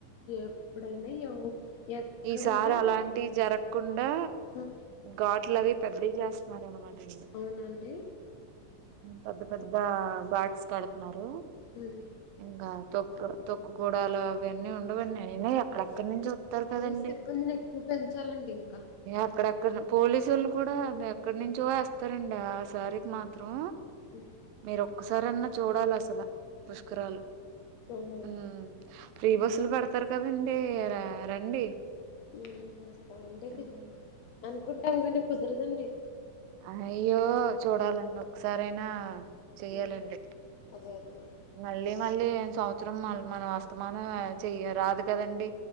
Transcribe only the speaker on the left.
ఎప్పుడైనా ఎక్కడైనా
ఉమ్
అవునండి
ఉమ్
పోలీస్ సిబ్బందిని ఎక్కువ పెంచాలండి ఇంకా
ఉమ్
అదే అండి
ఉమ్ వస్తామండి
కదా అనుకుంటాం గాని కుదరదండి
ఉమ్ అదే అదేనండి